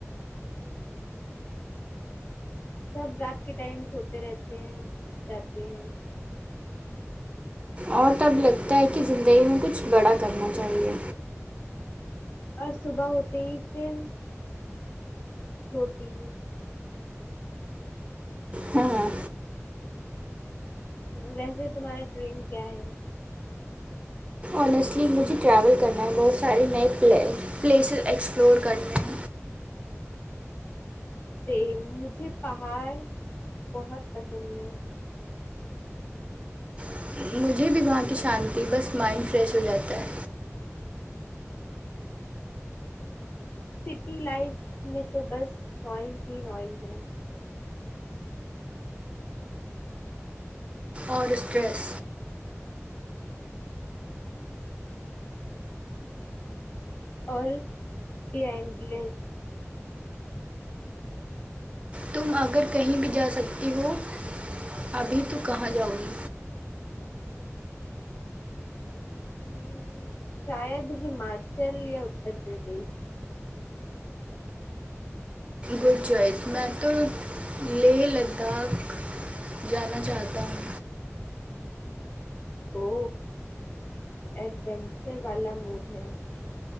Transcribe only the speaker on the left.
سب رات کے ٹائمس ہوتے رہتے ہیں جاتے ہیں
اور صبح ہوتے ہی پھر روٹی
ویسے تمہارا ڈریم کیا ہے
سیم مجھے پہاڑ بہت پسند ہے
سٹی لائف میں تو بس نوائز ہی نوائز ہیں
اور ڈینڈلیس
ہمم شاید ہماچل یا اتر پردیش
او ایڈینچر والا موڈ ہے